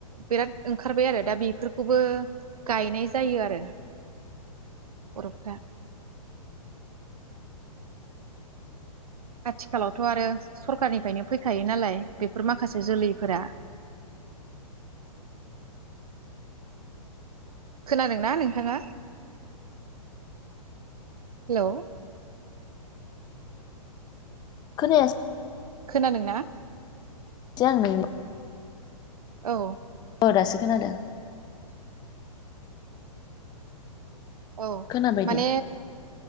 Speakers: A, on the right; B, on the left.
A: बिराद ओंखारबाय आरो दा बेफोरखौबो गायनाय जायो आरो बर'फोरा आथिखालावथ' आरो सरखारनिफ्रायनो फैखायो नालाय बेफोर माखासे जोलैफोरा खोनादोंना नोंथाङा? हेल'
B: खोनायासै
A: खोनादोंना?
B: <unintelligible>
A: औ।
B: अ दासो खोनादों।
A: औ
B: खोनाबाय
A: माने
B: दे